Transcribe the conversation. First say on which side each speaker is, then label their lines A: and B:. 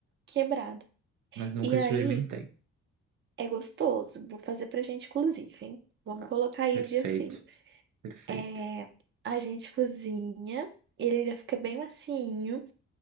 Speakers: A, on the right (about 40°); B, on the right (about 80°).
A: quebrado.
B: mas nunca
A: E
B: experimentei.
A: aí é gostoso. Vou fazer pra gente, inclusive, hein? Vamos Tá. colocar aí
B: Perfeito,
A: um dia frio.
B: perfeito.
A: É, a gente cozinha, ele já fica bem macinho.